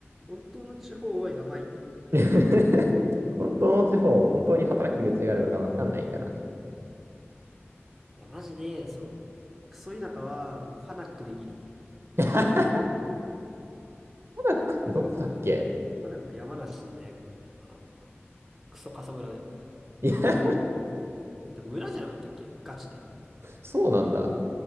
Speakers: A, in the centre; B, on the right.
A: 本当の地方はやばいね。
B: <laughs> 本当の地方、本当に働き口があるのかわかんないからね。
A: いや、マジで、そう。クソ田舎は、もう、ファナックでギリ。
B: タナックってどこだっけ
A: ファナック山梨のね、あの、クソ過疎村だよ。
B: いや、
A: で村じゃなかったっけガチで。
B: そうなんだ。